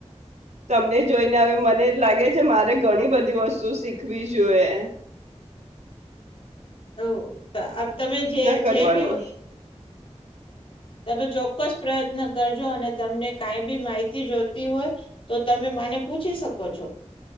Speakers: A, on the right; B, on the left.
A: તમને જોઈને હવે મને લાગે છે, મારે ઘણી બધી વસ્તુ શીખવી જોઈએ.
B: ઓ તો તમે જે
A: પ્રયત્ન કરવાનું
B: જેબી તમે ચોક્કસ પ્રયત્ન કરજો, અને તમને કાઈ બી માહિતી જોતી હોય. તો તમે મને પૂછી શકો છો?